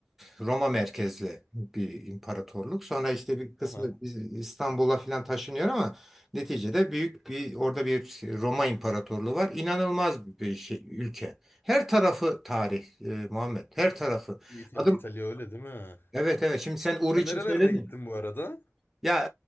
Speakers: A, in the centre; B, on the left.
A: Roma merkezli bir imparatorluk. Sonra işte bir kısmı
B: Aha.
A: biz- İstanbul'a falan taşınıyor ama neticede büyük bir orada bir Roma İmparatorluğu var. İnanılmaz bir şey ülke. Her tarafı tarih e, Muhammed. Her tarafı.
B: İtalya,
A: Adım
B: İtalya öyle değil mi?
A: evet evet. Şimdi sen Uğur
B: Sen
A: için
B: nerelerine
A: söyledin.
B: gittin bu arada?
A: Ya